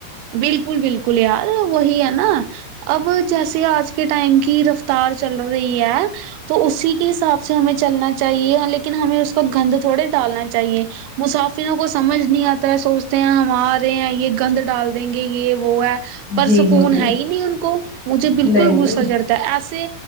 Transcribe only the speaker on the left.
جی
جی جی
نہیں نہیں